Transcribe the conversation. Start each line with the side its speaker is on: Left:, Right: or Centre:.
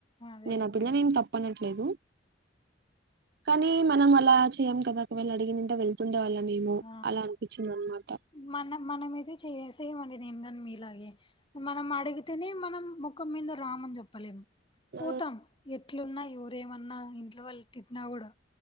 Left: అదే
Right: నేను
Left: అదే
Right: ఆ పిల్లని ఏం తప్పనట్లేదు కానీ మనం అలా చెయ్యాం కదా ఒకవేళు అడిగినంటా వెళ్తుండేవాళ్ళ మేమో
Left: ఆ
Right: అలా అనిపించిందాన్మాట
Left: మన మానమీదే చేయసేమంది నేను కాని మీలాగే మనం అడుగు తేనె మనం ముఖం మీద రామన్ చెప్పలేము
Right: ఉ
Left: పోతాం ఎట్లున్నా ఎవర ఏమన్నా ఇంట్లో వాళ్ళు తిట్టిన్నా కూడా